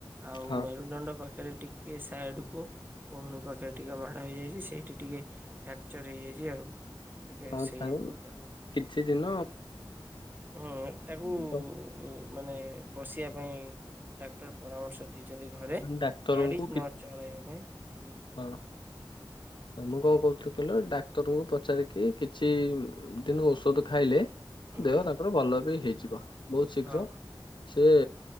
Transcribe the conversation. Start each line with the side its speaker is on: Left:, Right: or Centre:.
Right: ଆଉ
Left: ହଁ
Right: ମେରୁଦଣ୍ଡ ପାଖରେ, ଟିକେ ସାଇଡ କୁ, କହୁଣୀ ପାଖ ପାଖରେ ଟିକେ ମାଡ଼ ହେଇଯାଇଛି। ସେଇଠି ଟିକେ ଫ୍ରାକ୍ଚର ହେଇଯାଇଛି ଆଉ। ଟିକେ
Left: ହଁ
Right: ସେଇଆକୁ
Left: ଆଉ
Right: ତାକୁ
Left: କିଛି ଦିନ
Right: ହୁଁ, ତାକୁ
Left: ଉଁ
Right: ମାନେ ବସିବା ପାଇଁ ଡା ଡକ୍ଟର ପରାମର୍ଶ ଦେଇଛନ୍ତି ଘରେ,
Left: ଡାକ୍ତରଙ୍କୁ
Right: ଗାଡି ନ
Left: କି
Right: ଚଳେଇବା ପାଇଁ। ହୁଁ
Left: ହଁ। ମୁଁ କଣ କହୁଥିଲ, କହିଲ? ଡାକ୍ତରଙ୍କୁ ପଚାରିକି କିଛି ଦିନ ଔଷଧ ଖାଇଲେ
Right: ହୁଁ
Left: ଦେହ ତାଙ୍କର ଭଲ ବି ହେଇଯିବ। ବହୁତ ଶୀଘ୍ର
Right: ହଁ
Left: ସିଏ